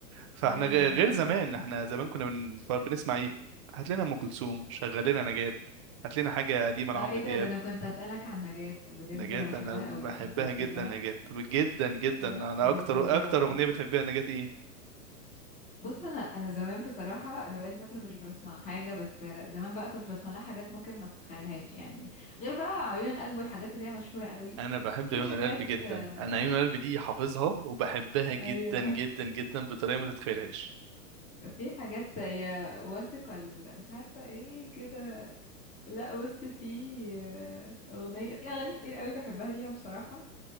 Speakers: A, on the right; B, on the left.
A: فاحنا
B: ايوه
A: غ-
B: بالظبط
A: غير زمان احنا زمان كنا بن- بنسمع ايه هات لنا ام كلثوم شغل لنا نجاة هات لنا حاجه قديمه لعمرو
B: اه ايه ده
A: دياب
B: ده انا كنت اسألك عن نجاة بجد
A: نجاة
B: انا بحبها
A: انا
B: قوي
A: بحبها
B: انت بتحبها
A: جدا نجاة جدا جدا
B: لا
A: انا
B: دي
A: اكتر
B: فظيعة
A: اكتر اغنيه بتحبها نجاة ايه
B: بص انا انا زمان بصراحه انا بقالي فتره مش بسمع حاجه بس زمان بقى كنت بسمع لها حاجات ممكن ما تتخيلهاش يعني غير بقى عيون القلب والحاجات اللي هي مشهوره قوي
A: انا بحب
B: في
A: عيون
B: حاجات
A: القلب جدا
B: آه،
A: انا عيون القلب دي حافظها وبحبها جدا
B: ايوه
A: جدا جدا بطريقه ما تتخيلهاش
B: في حاجات يا واثقه ال- مش عارفه ايه كده لا بص في آه، اغنيه في اغاني كتير قوي بحبها ليها بصراحه